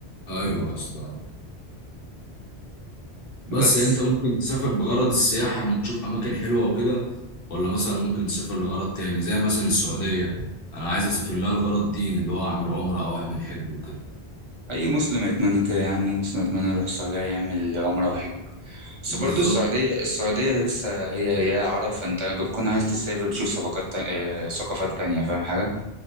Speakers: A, on the left; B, on the right.
A: ايوه يا اسطى بس
B: بس
A: يعني انت ممكن تسافر بغرض السياحة انك تشوف اماكن حلوة وكده ولا مثلا ممكن تسافر لغرض تاني زي مثلا السعودية انا عايز اسافر لها لغرض ديني اللي هو اعمل عمرة او اعمل حج وكده
B: اي مسلم يتمنى كده يا عم اي مسلم يتمنى يروح السعوديه يعمل عمره وحج بس
A: بالظبط
B: برضو السعوديه السعوديه لسه هي هي عرب فانت بتكون عايز تسافر تشوف ثقافات تا- آه، ثقافات تانية فاهم حاجه